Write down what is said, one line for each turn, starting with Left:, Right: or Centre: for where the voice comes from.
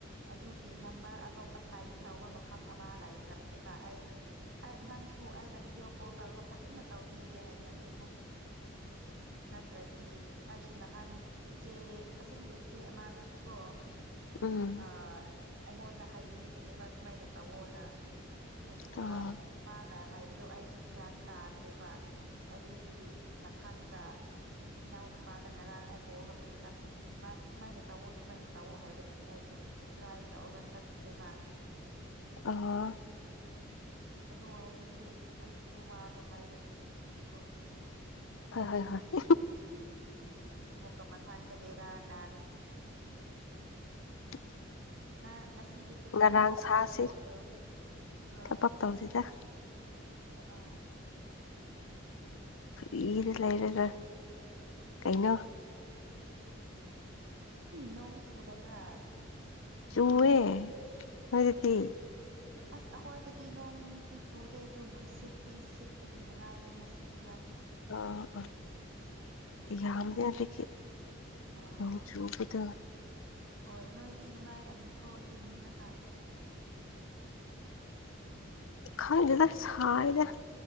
Right: ꯑꯗꯨꯒꯤ ꯅꯝꯕꯔ ꯑꯇꯣꯞꯄ ꯇꯥꯏꯞ ꯇꯧꯕ ꯃꯐꯝ ꯑꯃ ꯂꯩꯈ꯭ꯔꯕꯅꯦꯕ ꯑꯩ ꯅꯪꯁꯨ ꯑꯩꯅ ꯚꯕꯤꯗꯤꯑꯣ ꯀꯣꯜ ꯇꯧꯔꯒ ꯐꯖꯅ ꯇꯧꯕꯤꯒꯦ ꯍꯥꯏꯅ ꯑꯅꯤꯗ ꯅꯠꯇ꯭ꯔꯗꯤ ꯑꯩꯁꯨ ꯅꯍꯥꯟ ꯏꯆꯦ ꯑꯁꯦꯡꯕ ꯏꯆꯦ ꯑꯃ ꯅꯪꯁꯨ ꯀꯣ
Left: ꯎꯝ
Right: ꯑ ꯑꯩꯉꯣꯟꯗ ꯍꯥꯏꯕꯤꯕꯅꯦꯕ ꯁꯨꯃꯥꯏꯅ ꯇꯧꯋꯣꯅ ꯑꯗꯨꯒ
Left: ꯑꯣ
Right: ꯃꯥꯅ ꯍꯥꯏꯕꯗꯣ ꯑꯩꯁꯦ ꯒ꯭ꯌꯥꯟ ꯇꯥꯗ꯭ꯔꯦꯕ ꯑꯗꯨꯗꯨꯒꯤ ꯃꯊꯥꯡꯗ ꯎꯝ ꯏꯅꯥꯎ ꯅꯨꯄꯥꯗ ꯉꯔꯥꯡ ꯀꯣꯜ ꯇꯧꯕ ꯃꯇꯝꯗ ꯃꯥꯅ ꯁꯨꯃꯥꯏꯅ ꯇꯧꯑꯣ ꯁꯨꯃꯥꯏꯅ ꯇꯧꯑꯣ ꯍꯥꯏꯕꯗꯒꯤ ꯑꯩꯁꯨ ꯇ꯭ꯔꯥꯏ ꯇꯧꯔꯒ ꯆꯠꯈ꯭ꯔꯦꯕ
Left: ꯑ
Right: ꯑꯗꯣ ꯍꯧꯖꯤꯛꯇꯤ ꯑ ꯋꯥꯗꯣ ꯍꯥꯏꯔꯣꯒꯨꯝꯁꯤꯗꯅꯀꯣ
Left: ꯍꯣꯏ ꯍꯣꯏ ꯍꯣꯏ
Right: ꯑꯃꯨꯛꯀ ꯃꯊꯥꯡꯗ ꯕꯦꯔꯥ ꯀꯥꯔꯗꯤ
Left: <unintelligible>
Right: ꯅ ꯉꯁꯤꯗꯤ ꯀꯔꯤ
Left: ꯉꯔꯥꯡ
Right: ꯊꯕꯛ ꯇꯧꯔꯒ
Left: ꯁꯥꯁꯤ
Right: ꯂꯩꯕ꯭ꯔꯣ ꯍꯣꯏ
Left: ꯊꯕꯛ ꯇꯧꯁꯤꯗ
Right: ꯑ
Left: ꯐ꯭ꯔꯤꯗ ꯂꯩꯔꯒ ꯀꯩꯅꯣ
Right: ꯅꯣꯡ ꯆꯨꯗꯕ꯭ꯔꯥ
Left: ꯆꯨꯋꯦ ꯅꯣꯏꯗꯤ
Right: ꯎ <unintelligible> ꯑꯁ ꯑꯩꯈꯣꯏꯗꯗꯤ ꯅꯣꯡꯗꯤ ꯆꯨꯗꯦ ꯑꯗꯨꯗꯣ ꯅꯨꯡꯁꯤꯠꯇꯤ ꯁꯤꯠꯄꯒꯤ ꯅꯨꯡꯉꯥꯏꯌꯦ ꯉꯁꯤꯗꯤ ꯌꯥꯝ
Left: ꯑ ꯑ ꯌꯥꯝꯗꯤꯅꯗꯤ
Right: ꯑꯣ
Left: ꯅꯣꯡ ꯆꯨꯕꯗꯣ
Right: ꯍꯣꯏ ꯅꯣꯏꯗꯤ ꯅꯨꯡꯉꯥꯏꯔꯝꯅꯤꯀꯣ ꯏꯪꯉꯒ
Left: ꯈꯪꯗꯦꯗ ꯁꯥꯏꯗ